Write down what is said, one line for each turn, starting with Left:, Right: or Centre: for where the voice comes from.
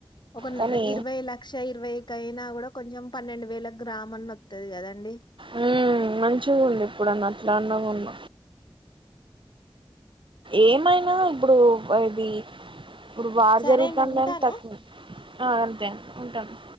Left: ఒక
Right: కానీ
Left: ఇరవై లక్ష ఇరవైకయినా కూడా కొంచెం పన్నెండు వేలకు గ్రామ్ ఆన్ ఉంటది కదండి
Right: ఉమ్ మంచిదిగా ఉండు ఇప్పుడున్న అట్లా అన్న కొన్న ఏమైనా ఇప్పుడు ఇది ఇప్పుడు వార్
Left: సరే
Right: జరుగుతుండ
Left: అండి ఉంటాను
Right: అని తక్కువ అంతే ఉంటాను